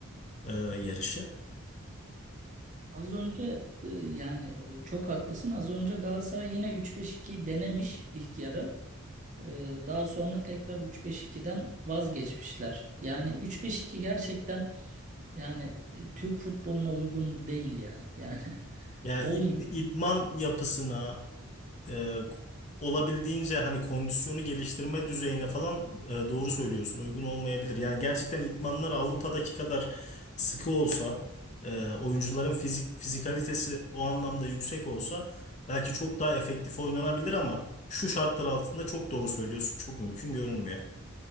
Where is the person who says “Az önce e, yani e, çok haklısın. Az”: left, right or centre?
Right